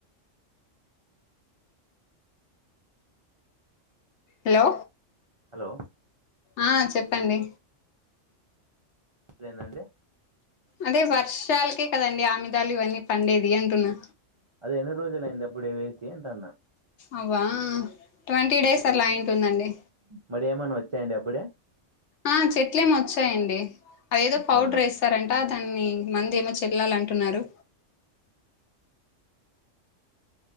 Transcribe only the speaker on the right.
హలో
ఏందండీ
అదే ఎన్ని రోజులు అయిందిప్పుడే వేసి అంటన్నా
మరి ఏమన్నా వచ్చాయండి అప్పుడే
అవునా?